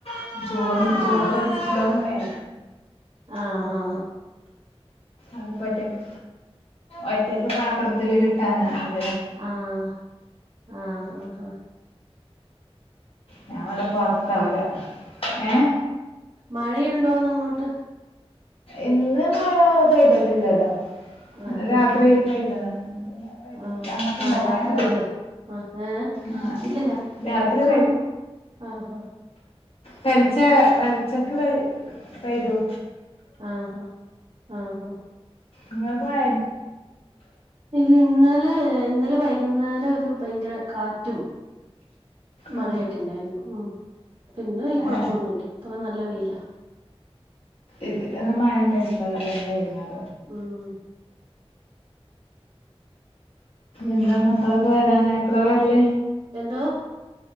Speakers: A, on the left; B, on the right.
A: ചോറ്
B: ആ ആ ആ
A: അത് പഒറ്റക്ക് ഒറ്റക്ക് പാത്രത്തിൽ കിട്ട ട്ടാന <unintelligible>
B: ആഹ ആഹ് ആഹ് ആഹ <unintelligible>
A: ഞാൻ ഇവടെ പറത്താവല ഏ
B: മഴയുണ്ടോന്ന് അങ്ങോട്ട്?
A: ഇന്ന് മഴ പെയ്തിട്ടില്ലല്ലോ ഇന്നലെ
B: ആഹ
A: രാത്രി
B: ഹഹ്
A: പെയ്തതാണ് ഇന്ന് പിന്നെ പെയ്തിട്ടില്ല
B: ആഹ ആഹ
A: അങ്ങോട്ടുണ്ടോ
B: ആഹ
A: മഴ
B: രാത്രി
A: ഉണ്ടോ
B: പെയ്തോ? ആഹ ഏ
A: ആ
B: ഇല്ല
A: രാത്രി
B: ഞങ്ങക്ക്വിടെ ആഹ് ആഹ
A: പലിച്ച പരിച്ചക്ക് പയ്തു
B: ആഹ ഹഹ ആഹ ഹഹ <unintelligible> ആ <inaudible>
A: ഇങ്ങൾക്ക് മയ
B: ഇല്ല ഇന്നലെ ഇന്നലെ വൈകുന്നേരം ഒരു ഭയങ്കര കാറ്റും മഴയൊക്കെ
A: ആ,
B: ഇണ്ടായിരുന്നു ഉ പിന്നെ ഈ കൊഴപ്പൊന്നു
A: ഏ,
B: ഇല്ല ഇപ്പൊ നല്ല വെയിലാ
A: ഇതി മഴ ഉണ്ടായിട്ടില്ലന്നല്ല വൈകുന്ന <unintelligible>
B: ഉം
A: എന്താ മക്കളൊക്കെ വരാനായപ്പഴാ വെര്ൽ
B: എന്തോ?